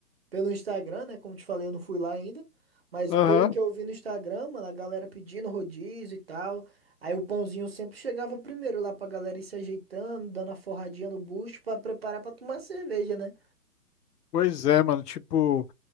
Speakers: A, on the right (about 40°); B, on the left (about 80°).
A: Pelo Instagram, né? Como te falei, eu não fui lá ainda. Mas
B: Aham.
A: pelo que eu vi no Instagram, mano, a galera pedindo rodízio e tal. Aí o pãozinho sempre chegava primeiro lá pra galera ir se ajeitando, dando a forradinha no bucho pra preparar pra tomar cerveja, né?
B: Pois é, mano. Tipo,